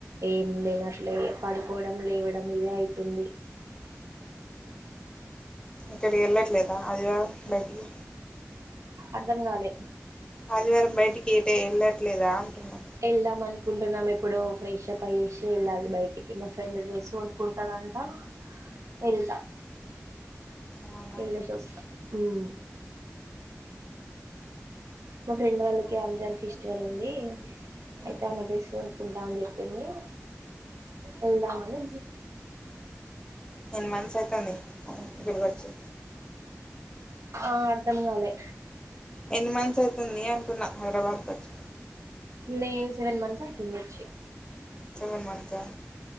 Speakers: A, on the right; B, on the left.
A: ఏం తినట్లే పడుకోవడం లేవడం ఇదే అయితుంది
B: ఇక్కడి వెళ్ళట్లేదా ఆదివారం బయటికి
A: అర్ధం గాలే
B: ఆదివారం బయటకి ఎట్ టే వెళ్ళట్లేదా అంటున్నా
A: వెళ్దాం మన్క్ కుంటున్నాం ఎప్పుడో ఫ్రెష్ అప్ అయ్యేసి వెళ్ళాలి బయటికి మా ఫ్రెండ్ డ్రెస్ కొనుకుంటందంటా వెళ్తా
B: అవునా
A: వెళ్ళేసి వస్తా హ్మ్ మా ఫ్రెండ్ వాళ్ళకి అంజాన్ ఫెస్టివల్ ఉంది అయితే
B: ఊహూ
A: ఆమె డ్రెస్ కొనుక్కుంటా అని చెప్పింది వెళ్దాం అని
B: ఎన్ని మంత్స్ అయితాంది ఇక్కడికి వచ్చి
A: ఆ అర్థం గాలే
B: ఎన్ని మంత్స్ అయితుంది అంటున్నా హైదరాబాద్ కచ్
A: నేను సెవెన్ మంత్స్ అయితుంది వచ్చి
B: సెవెన్ మంత్స్ ఆ